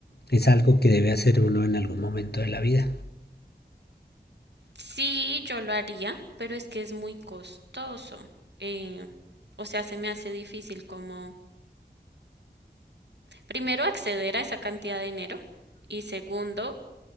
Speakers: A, on the left; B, on the right.
A: es algo que debe hacer uno en algún momento de la vida.
B: Sí, yo lo haría, pero es que es muy costoso. Eh, o sea, se me hace difícil como, primero, acceder a esa cantidad de dinero y segundo,